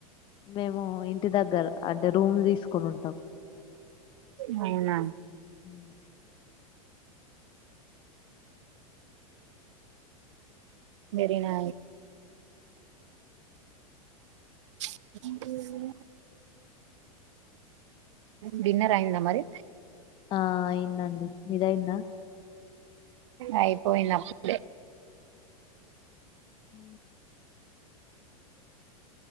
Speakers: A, on the left; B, on the right.
A: మేము ఇంటి దగ్గర అంటే రూమ్ తీసుకొని ఉంటాం
B: అవున
A: హ
B: సరినా అ డిన్నర్ అయిందా మరి
A: ఆ అయిందండి మీదయింద
B: అయిపోయిందప్పుడే
A: హ